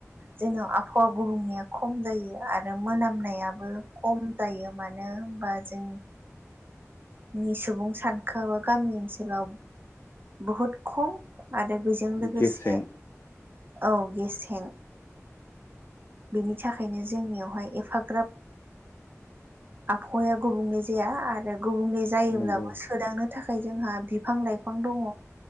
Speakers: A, on the right; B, on the left.
A: जोंनाव आबहावा गुबुंनिया खम जायो आरो मोनामनायाबो खम जायो मानो होनबा जों
B: ।
A: नि सुबुं सानखोआआबो गामि ओनसोलाव बहुत खम आरो बेजों लोगोसे
B: गेसें
A: औ गेसें बेनि थाखायनो जोंनियावहाय एफाग्राब आबहावाया गुबुंले जाया आरो गुबुंले जायोब्लाबो
B: नंगौ
A: सोदांनो थाखाय जोंहा बिफां लाइफां दङ